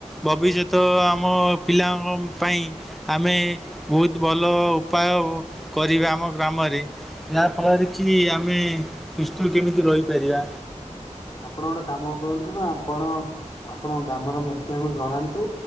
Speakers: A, in the centre; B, on the left (about 30°).
A: ଭବିଷ୍ୟତ ଆମ ପିଲାଙ୍କ ପାଇଁ ଆମେ ବହୁତ ଭଲ ଉପାୟ କରିବା ଆମ ଗ୍ରାମରେ ଯାହାଫଳରେ କି ଆମେ ସୁସ୍ଥ କେମିତି ରହିପାରିବା?
B: ଆପଣ ଗୋଟେ କାମ କରନ୍ତୁ ନା ଆପଣ ଆପଣଙ୍କ ଗ୍ରାମର ମୁଖିଆଙ୍କୁ ଜଣାନ୍ତୁ।